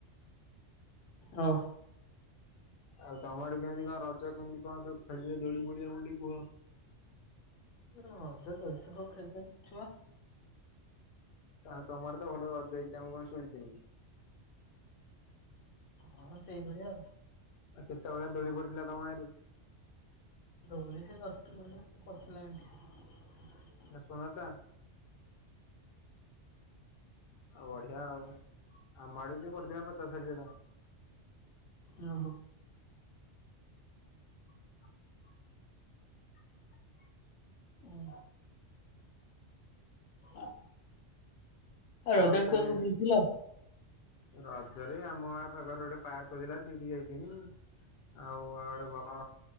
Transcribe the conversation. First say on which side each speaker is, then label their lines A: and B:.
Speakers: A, on the left; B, on the left.
A: ଓ
B: ଆଉ ତମ ଆଡ଼େ କେମିତି କଣ ରଜ କେମିତି କଣ ସବୁ ଖେଳିବେ ଦୋଳି ମୋଳି ଆମକୁ ଟିକେ କୁହ।
A: ହ ଅ ତ ଅ ତ ହଉ ଛନ୍ତି ଛୁଆ।
B: କା ତମର ତ ଭଲ ରଜ ହେଇଥିଲା ମୁଁ କଣ ଶୁଣିଥିନି।
A: ହଁ ସେଇଭଳିଆ ଆଉ।
B: ଆ କେତେବେଳେ ଦୋଳି ପଡ଼ଥିଲା ତମ ଗାଁ ରେ।
A: ଦଉ ସେ ଦଶ ପ ପସିଲା ଏଠି।
B: ନା ସୋନାର୍ ଟା ଆଉ ବଢିଆ ଆଉ ଆମ ଆଡ଼େ ବି ବଢ଼ିଥିଲା ପଚାଶ ଷାଠିଏ ଟଙ୍କା।
A: ଓ ହୋ
B: <inaudible>
A: ଓ ଆ ହ ରଜତ
B: ଆଉ ତାହେଲେ
A: କୁହୁ ବୁଲୁଥିଲ <inaudible>
B: ରଜରେ ଆମ ଗାଁ ପାଖରେ ଗୋଟେ ପାର୍କଥିଲା ସେଇଠି ଯାଇଥିଲି। ଆଉ ଆଉ ଗୋଡେ ଭଲ